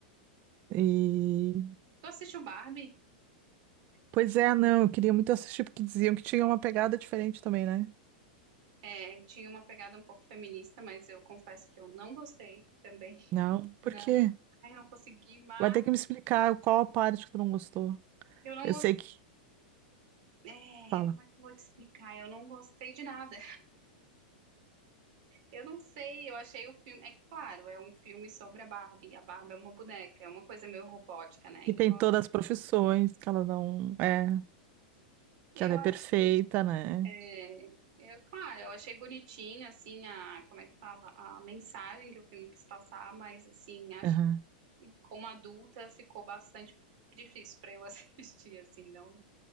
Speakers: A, on the right; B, on the right.
A: E
B: Tu assistiu Barbie?
A: pois é, não, eu queria muito assistir porque diziam que tinha uma pegada diferente também, né?
B: É, tinha uma pegada um pouco feminista, mas eu confesso que eu não gostei também.
A: Não,
B: <laughs> Não.
A: por quê?
B: Ai, eu não consegui, mas
A: Vai ter que me explicar qual a parte que tu não gostou.
B: eu não
A: Eu
B: gostei.
A: sei que
B: É,
A: fala
B: como é que eu vou te explicar? Eu não gostei de nada. Eu não sei, eu achei o filme. É que, claro, é um filme sobre a Barbie. A Barbie é uma boneca, é uma coisa meio robótica, né? Então,
A: que tem todas as profissões, que ela não é,
B: eu
A: que ela é
B: acho.
A: perfeita, né?
B: é, eu, claro, eu achei bonitinho, assim, a. Como é que fala? A mensagem que o filme quis passar, mas, assim, acho
A: Aham.
B: que como adulta ficou bastante difícil pra eu <laughs> assistir, assim, não,